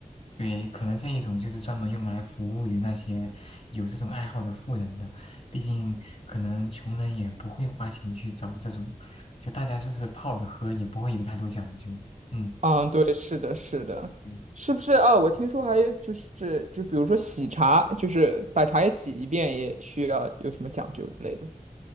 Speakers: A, on the left (about 45°); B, on the right (about 55°).
A: 对，可能这一种就是专门用来服务于那些有这种爱好的富人的，毕竟可能穷人也不会花钱去找这种，就大家就是泡着喝，也不会有太多讲究。嗯，
B: 嗯，对，是的，是的，
A: 对，
B: 是不是啊？我听说还有就是就比如说洗茶，就是把茶叶洗一遍也需要有什么讲究之类的